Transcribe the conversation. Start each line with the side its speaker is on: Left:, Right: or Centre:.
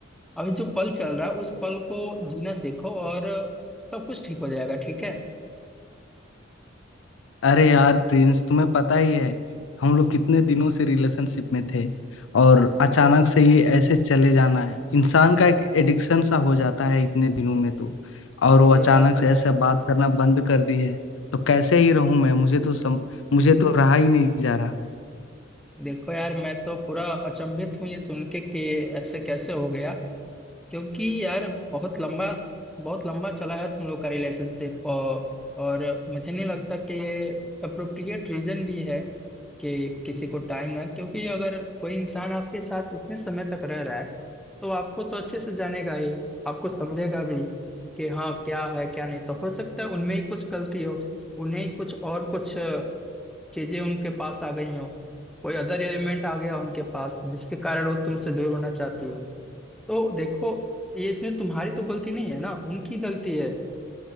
Centre: अभी जो पल चल रहा है उस पल को जीना सीखो और सब कुछ ठीक हो जाएगा ठीक है
Left: अरे यार प्रिंस तुम्हें पता ही है हम लोग कितने दिनों से रिलेशनशिप में थे और अचानक से ये ऐसे चले जाना है इंसान का एक एडिक्शन सा हो जाता है इतने दिनों में तो और वो
Centre: ये
Left: अचानक
Centre: बात तो
Left: से ऐसे
Centre: है
Left: बात करना बंद कर दी है तो कैसे ही रहूं मैं मुझे तो सम मुझे तो रहा ही नहीं जा रहा
Centre: देखो यार मैं तो पूरा अचंभित हूँ ये सुन के कि ऐसे कैसे हो गया क्योंकि यार बहुत लंबा बहुत लंबा चला है तुम लोग का रिलेशनशिप और, और मुझे नहीं लगता कि ये अप्रोप्रिएट रीजन भी है कि किसी को टाइम ना क्योंकि अगर कोई इंसान आपके साथ उतने समय तक रह रहा है तो आपको तो अच्छे से जानेगा ही आपको समझेगा भी कि हाँ क्या है क्या नहीं तो हो सकता है उनमें ही कुछ गलती हो उन्हें ही कुछ और कुछ अ, चीजें उनके पास आ गई हो कोई अदर एलिमेंट आ गया उनके पास जिसके कारण वो तुमसे दूर होना चाहती हो तो देखो ये इसमें तुम्हारी तो गलती नहीं है ना उनकी गलती है